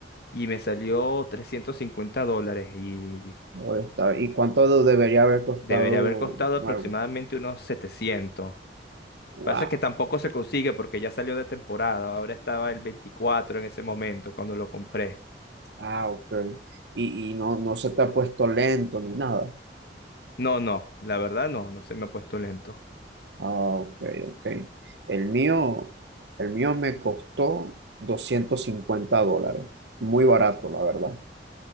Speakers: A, on the left; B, on the right.
A: y me salió 350 dólares y
B: O esta- ¿Y cuánto debería haber costado
A: debería haber costado aproximadamente
B: nuevo?
A: unos setecientos
B: Wow.
A: Pasa que tampoco se consigue porque ya salió de temporada, ahora estaba el 24 en ese momento cuando lo compré.
B: Ah, ok. Y, y no, no se te ha puesto lento ni nada.
A: No, no, la verdad no, no se me ha puesto lento.
B: Ah, ok, ok. El mío, el mío me costó 250 dólares. Muy barato, la verdad.